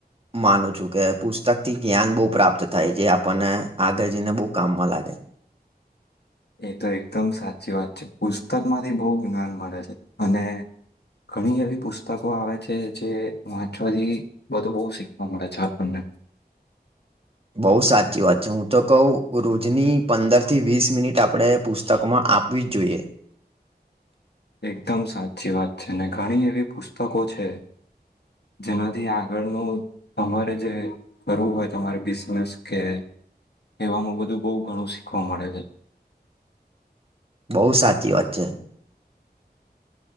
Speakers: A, on the right (about 35°); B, on the left (about 80°).
A: માનું છું કે પુસ્તક થી જ્ઞાન બહુ પ્રાપ્ત થાય જે આપણને આગળ જઈને બહુ કામમાં લાગે.
B: <inaudible> એ તો એકદમ સાચી વાત છે પુસ્તક માંથી બહુ જ્ઞાન મળે છે અને ઘણી એવી પુસ્તકો આવે છે જે વાંચવાથી બધું બહુ શીખવા મળે છે આપણને. <inaudible>
A: બઉુ સાચી વાત છે હું તો કહ રોજની પંદર થી વીસ મિનિટ આપણે પુસ્તકમાં આપવી જ જોઈએ.
B: <inaudible> એકદમ સાચી વાત છે ને ઘણી એવી પુસ્તકો છે. જેનાથી આગળનું તમારે જે કરવું હોય તમારે બિઝનેસ કે એવામાં બધું બહુ ઘણું શીખવા મળે છે.
A: બહુ સાચી વાત છે.